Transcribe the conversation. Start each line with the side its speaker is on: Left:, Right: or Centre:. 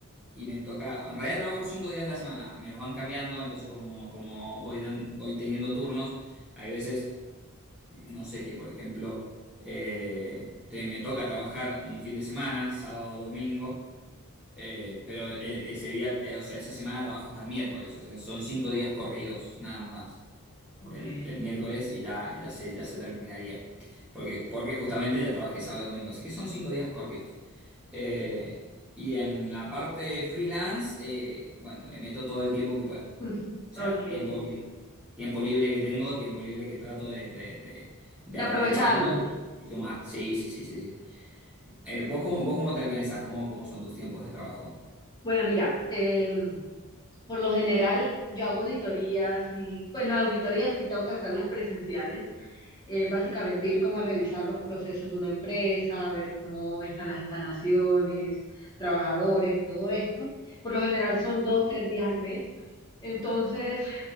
Centre: y me toca, en realidad trabajo cinco días a la semana, me los van cambiando, entonces como, como voy, dan- voy teniendo turnos, hay veces... no sé, que por ejemplo eh, te- me toca trabajar un fin de semana, sábado, domingo, eh, pero eh, ese día, eh, o sea, esa semana trabajo hasta el miércoles, o sea, son cinco días corridos, nada más
Left: Ok.
Centre: el, el miércoles y ya, ya se, ya se terminaría. Porque, porque justamente ya trabajé sábado y domingo, así que son cinco días corridos. Eh, y en la parte freelance, eh, bueno, le meto todo el tiempo que pueda.
Left: Ujú.
Centre: O sea,
Left: Ok. De
Centre: tiempo, li- tiempo libre que tengo, tiempo libre que trato de, de- de- de
Left: aprovecharlas.
Centre: aprovecharlo y sumar. Sí, sí, sí, sí, sí. Eh, ¿vos cómo, vos cómo te organizás? ¿Cómo, cómo son tus tiempos de trabajo?
Left: Bueno, mira, em, por lo general yo hago auditorías y pues las auditorías sí tengo que hacerlas presenciales. Eh, básicamente ir como a revisar los procesos de una empresa, ver cómo están las instalaciones, trabajadores y todo esto. Por lo general son dos, tres días al mes. Entonces,